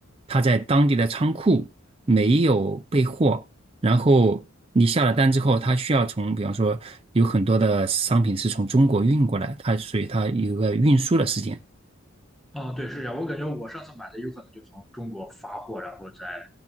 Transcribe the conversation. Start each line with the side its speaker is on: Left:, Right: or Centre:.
Right: 他在当地的仓库。没有备货，然后你下了单之后，它需要从，比方说有很多的商品是从中国运过来，它所以它有个运输的时间。
Centre: 哦，对，是这样，我感觉我上次买的有可能就从中国发货，然后再